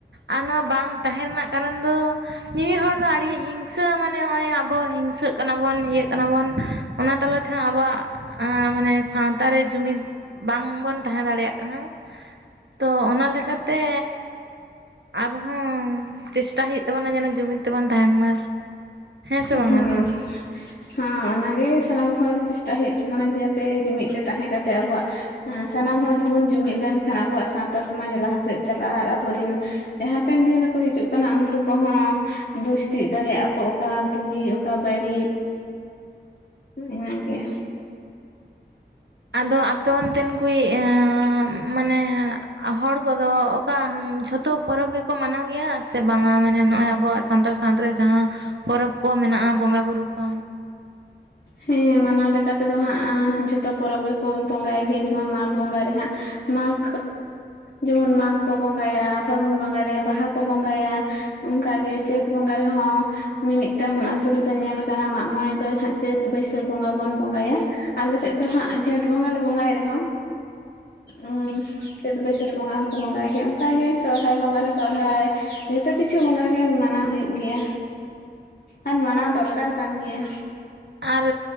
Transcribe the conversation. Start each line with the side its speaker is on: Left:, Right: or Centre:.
Right: ᱟᱨ ᱱᱚᱣᱟ ᱵᱟᱝ ᱛᱟᱦᱮᱸ ᱨᱮᱱᱟᱜ ᱠᱟᱨᱚᱱ ᱫᱚ, ᱢᱤᱢᱤᱫ ᱦᱚᱲ ᱫᱚ ᱟᱹᱰᱤ ᱦᱤᱝᱥᱟᱹ ᱢᱟᱱᱮ ᱱᱚᱜᱚᱭ ᱟᱵᱚ ᱦᱤᱝᱥᱟᱹᱜ ᱠᱟᱱᱟ ᱵᱚᱱ ᱤᱭᱟᱹᱜ ᱠᱟᱱᱟ ᱵᱚᱱ ᱚᱱᱟ ᱛᱟᱞᱟ ᱛᱮ ᱦᱚᱸ ᱟᱵᱚᱣᱟᱜ ᱢᱟᱱᱮ ᱥᱟᱶᱛᱟ ᱨᱮ ᱡᱩᱢᱤᱫ ᱵᱟᱝᱵᱚᱱ ᱛᱟᱦᱮᱸ ᱫᱟᱲᱮᱭᱟᱜ ᱠᱟᱱᱟ ᱛᱚ ᱚᱱᱟ ᱞᱮᱠᱟᱛᱮ ᱟᱵᱚ ᱦᱚᱸ ᱪᱮᱥᱴᱟᱭ ᱦᱩᱭᱩᱜ ᱛᱟᱵᱚᱱᱟ ᱡᱮᱱᱚ ᱡᱩᱢᱤᱫ ᱛᱮᱵᱚᱱ ᱛᱟᱦᱮᱱ ᱢᱟ᱾ ᱥᱮ ᱵᱟᱝᱟ
Left: ᱦᱮᱸ
Right: ᱞᱟᱹᱭ ᱢᱮ
Left: ᱦᱟᱸ ᱚᱱᱟᱜᱮ ᱥᱟᱱᱟᱢ ᱦᱚᱲ ᱪᱮᱥᱴᱟᱭ ᱦᱩᱭᱩᱜ ᱛᱟᱵᱚᱱᱟ ᱡᱟᱛᱮ ᱡᱩᱢᱤᱫ ᱛᱮ ᱛᱟᱦᱮᱸ ᱠᱟᱛᱮᱜ ᱟᱵᱚᱣᱟᱜ ᱥᱟᱱᱟᱢ ᱦᱚᱲ ᱵᱚᱱ ᱡᱩᱢᱤᱫ ᱞᱮᱱᱠᱷᱟᱱ ᱟᱵᱚᱣᱟᱜ ᱥᱟᱶᱛᱟ ᱥᱚᱢᱟᱡᱽ ᱞᱟᱦᱟ ᱥᱮᱫ ᱪᱟᱞᱟᱜᱼᱟ ᱟᱨ ᱟᱵᱚᱨᱤᱱ ᱦᱟᱸᱯᱮᱱ ᱫᱤᱱ ᱨᱮᱠᱚ ᱦᱤᱡᱩᱜ ᱠᱟᱱᱟ ᱩᱱᱠᱩ ᱠᱚᱦᱚᱸ ᱵᱩᱡᱽ ᱛᱤᱭᱜ ᱫᱟᱲᱮᱭᱟᱜᱼᱟ ᱠᱚ ᱚᱠᱟ ᱵᱩᱜᱤ ᱚᱠᱟ ᱵᱟᱹᱲᱤᱡ, ᱤᱱᱟ ᱜᱮ᱾
Right: ᱟᱫᱚ ᱟᱯᱮ ᱚᱱᱛᱮᱱ ᱠᱚᱭᱤᱡ ᱢᱟᱱᱮ ᱦᱚᱲ ᱠᱚᱫᱚ ᱚᱠᱟ ᱡᱷᱚᱛᱚ ᱯᱚᱨᱚᱵᱽ ᱜᱮᱠᱚ ᱢᱟᱱᱟᱣ ᱜᱮᱭᱟ ᱥᱮ ᱵᱟᱝᱟ ᱢᱟᱱᱮ ᱱᱚᱜᱼᱚᱭ ᱟᱵᱚᱣᱟᱜ ᱥᱟᱱᱛᱟᱲ ᱥᱟᱶᱛᱟ ᱨᱮ ᱡᱟᱦᱟᱸ ᱯᱚᱨᱚᱵᱽ ᱠᱚ ᱢᱮᱱᱟᱜᱼᱟ ᱵᱚᱸᱜᱟᱼᱵᱩᱨᱩ ᱠᱚ
Left: ᱦᱮᱸ ᱢᱟᱱᱟᱣ ᱞᱮᱠᱟᱛᱮᱫᱚ ᱦᱟᱸᱜ ᱡᱷᱚᱛᱚ ᱯᱚᱨᱚᱵᱽ ᱜᱮᱠᱚ ᱵᱚᱸᱜᱟᱭ ᱜᱮᱭᱟ ᱡᱮᱢᱚᱱ ᱢᱟᱜᱽ ᱵᱚᱸᱜᱟ ᱨᱮ ᱦᱟᱸᱜ ᱢᱟᱜᱽ ᱡᱮᱢᱚᱱ ᱢᱟᱜᱽ ᱠᱚ ᱵᱚᱸᱜᱟᱭᱟ ᱯᱷᱟᱹᱜᱩᱱ ᱵᱚᱸᱜᱟᱨᱮ ᱵᱟᱦᱟ ᱠᱚ ᱵᱚᱸᱜᱟᱭᱟ᱾ ᱚᱱᱠᱟᱜᱮ ᱪᱟᱹᱛ ᱵᱚᱸᱜᱟ ᱨᱮ ᱦᱚᱸ ᱢᱤᱢᱤᱫᱴᱟᱹᱝ ᱟᱛᱳ ᱨᱮᱫᱚ ᱧᱮᱞ ᱠᱟᱱᱟ ᱢᱟᱜ ᱢᱚᱬᱮ ᱫᱚ ᱦᱟᱜ ᱪᱟᱹᱛ ᱵᱟᱹᱭᱥᱟᱹᱠᱷ ᱵᱚᱸᱜᱟ ᱵᱚᱱ ᱵᱚᱸᱜᱟᱭᱟ᱾ ᱟᱞᱮ ᱥᱮᱫ ᱫᱚ ᱦᱟᱸᱜ ᱡᱷᱮᱸᱴ ᱵᱚᱸᱜᱟ ᱞᱮ ᱵᱚᱸᱜᱟᱭ ᱨᱮᱦᱚᱸ ᱩᱸ ᱪᱟᱹᱛ ᱵᱟᱹᱭᱥᱟᱹᱠᱷ ᱵᱚᱸᱜᱟ ᱦᱚᱸᱠᱚ ᱵᱚᱸᱜᱟᱭ ᱜᱮᱭᱟ ᱾ᱚᱱᱠᱟᱜᱮ ᱥᱚᱨᱦᱟᱭ ᱵᱚᱸᱜᱟ ᱨᱮ ᱥᱚᱨᱦᱟᱭ ᱛᱚ ᱠᱤᱪᱷᱩ ᱵᱚᱸᱜᱟ ᱜᱮ ᱢᱟᱱᱟᱣ ᱦᱩᱭᱩᱜ ᱜᱮᱭᱟ ᱟᱨ ᱢᱟᱱᱟᱣ ᱫᱚᱨᱠᱟᱨ ᱠᱟᱱ ᱜᱮᱭᱟ᱾
Right: ᱟᱨ